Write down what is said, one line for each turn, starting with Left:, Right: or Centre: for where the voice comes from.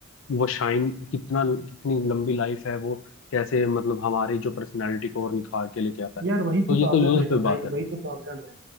Left: वो शाइन कितना कितनी लंबी लाइफ है वो कैसे मतलब हमारी जो पर्सनैलिटी को और निखार के लेके आता है
Right: यार वही
Left: तो
Right: तो
Left: ये
Right: प्रॉब्लम
Left: तो यूज
Right: है
Left: पे
Right: ना
Left: बात
Right: भाई
Left: है
Right: वही तो प्रॉब्लम है